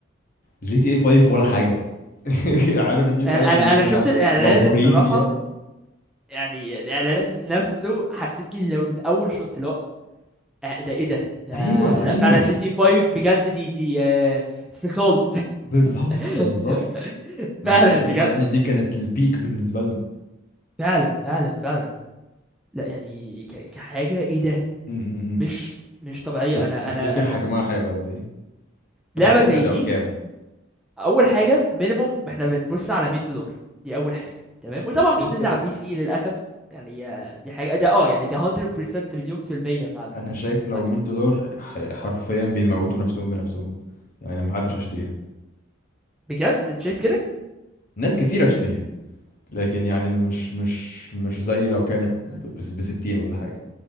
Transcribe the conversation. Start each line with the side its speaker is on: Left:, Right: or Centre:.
Left: جي تي اي 5 ولا حاجة <laughs> عارف جي تي اي
Centre: انا
Left: 5
Centre: انا
Left: اللي كنا
Centre: انا شفت الاعلان
Left: مبهورين
Centre: الصراحه
Left: بيها
Centre: يعني الاعلان نفسه حسسني لو من اول شوط اللي هو آه، ده ايه ده ده
Left: ايوه
Centre: لا
Left: ايوه
Centre: فعلا جي تي 5 بجد دي دي آه، استثقال
Left: بالظبط
Centre: <laughs>
Left: بالظبط مع
Centre: فعلا
Left: ان دي
Centre: بجد
Left: مع ان دي كانت البيك بالنسبة لنا
Centre: فعلا فعلا فعلا لا يعني ك- كحاجه ايه ده
Left: م- م- م.
Centre: مش مش طبيعيه
Left: تف-
Centre: انا
Left: تفتكر
Centre: انا انا
Left: حجمها هيبقى قد ايه
Centre: لعبه
Left: وتفتكر
Centre: زي
Left: هتبقى
Centre: دي
Left: بكام
Centre: اول حاجه مينيموم احنا بنبص على 100 دولار دي اول حاجه تمام وطبعا مش
Left: شايف
Centre: هتنزل على البي سي للاسف يعني آه، دي حاجه ده اه يعني ده 100% مليون في المية فعلا
Left: انا شايف لو
Centre: هت-
Left: 100 دولار ح- حرفيا بيموتوا نفسهم بنفسهم يعني محدش هيشتريها
Centre: بجد انت شايف
Left: ناس كتير هتشتريها لكن يعني مش مش مش زي لو كانت ب ب 60 ولا حاجه